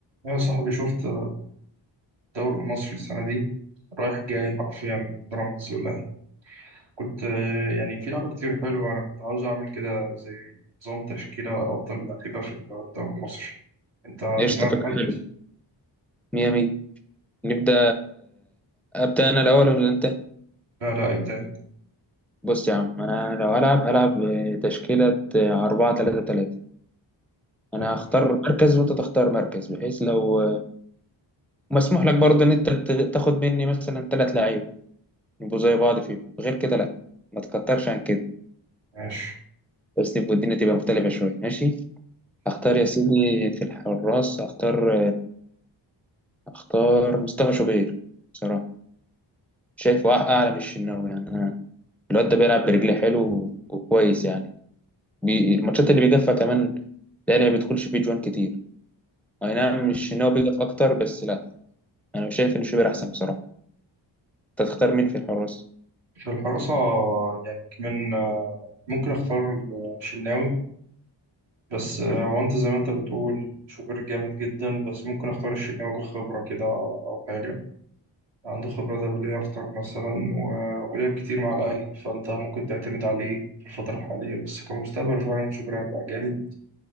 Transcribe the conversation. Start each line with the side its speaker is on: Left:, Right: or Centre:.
Right: يا صاحبي شفت الدوري المصري السنة دي رايح جاي حرفيا بيراميدز والأهلي كنت آه، يعني في لعبة كتير حلوة أنا كنت عاوز أعمل كده زي نظام تشكيلة أفضل لعيبة في الدوري المصري أنت
Centre: قشطة
Right: في دماغك
Centre: فكرة
Right: حد؟
Centre: حلوة مية مية نبدأ أبدأ أنا الأول ولا أنت؟
Right: لا لا ابدأ
Centre: بص يا عم أنا لو هلعب هلعب بتشكيلة أربعة تلاتة تلاتة أنا
Right: أنت.
Centre: هختار مركز وأنت تختار مركز بحيث لو مسموح لك برضه إن أنت ت- تاخد مني مثلا تلات لعيب يبقوا زي بعض فيهم غير كده لأ ما تكترش عن كده
Right: ماشي
Centre: بس يبقى الدنيا تبقى مختلفة شوية ماشي؟ هختار يا سيدي في الحراس هختار هختار مصطفى شوبير بصراحة شايفه أع- أعلى من الشناوي يعني أنا الواد ده بيلعب برجليه حلو وكويس يعني بي... الماتشات اللي بيجفها كمان لان ما بيدخلش فيه جوان كتير اي نعم مش ان هو بيجف اكتر بس لا انا شايف ان شوبير احسن بصراحه انت تختار مين في الحراس
Right: في الحراسة يعني كمان آه، ممكن أختار الشناوي بس آه،
Centre: مم.
Right: هو أنت زي ما أنت بتقول شوبير جامد جدا بس ممكن أختار الشناوي كخبرة كده أو حاجة عنده خبرة دولية أكتر مثلا و- ولعب كتير مع الأهلي فأنت ممكن تعتمد عليه في الفترة الحالية بس كمستقبل فعلا شوبير هيبقى جامد